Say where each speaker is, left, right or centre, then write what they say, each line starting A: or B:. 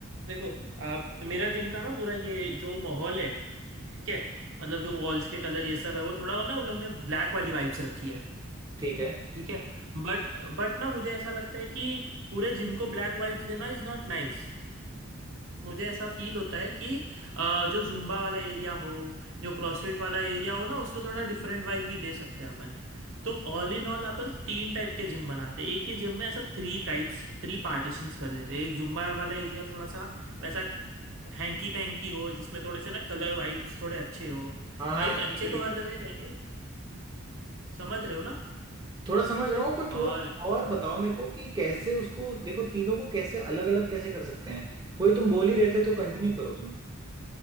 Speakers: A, on the right; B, on the right.
A: देखो आप मेरा जिम का ना पूरा ये जो माहौल है ठीक है मतलब जो वॉल्स के कलर ये सब है वो थोड़ा ना उन लोग ने ब्लैक वाली वाइब्स रखी है
B: ठीक है
A: ठीक है बट बट ना मुझे ऐसा लगता है कि पूरे जिम को ब्लैक वाइब्स देना इज नॉट नाइस मुझे ऐसा फील होता है कि अ, जो जुम्बा वाला एरिया हो जो क्रॉसफिट वाला एरिया हो ना उसको थोड़ा डिफरेंट वाइब भी दे सकते हैं अपन तो all in all upon तीन type के जिम बनाते हैं एक ही जिम में ऐसा थ्री टाइप्स थ्री पार्टीशंस कर देते हैं एक जुम्बा वाला एरिया थोड़ा सा वैसा हैंकी पैंकी हो जिसमें थोड़े से ना कलर वाइब्स थोड़े अच्छे हो
B: हाँ हाँ
A: वाइब्स
B: ठीक
A: अच्छे
B: है
A: तो
B: ठीक
A: हर
B: है
A: जगह ही रहेंगे समझ रहे हो ना
B: थोड़ा समझ रहा हूँ पर
A: और
B: थोड़ा और बताओ मेरे को कि कैसे उसको देखो तीनों को कैसे अलग अलग कैसे कर सकते हैं वही तुम बोल ही रहे थे तो कंटिन्यू
A: हम्म
B: करो तुम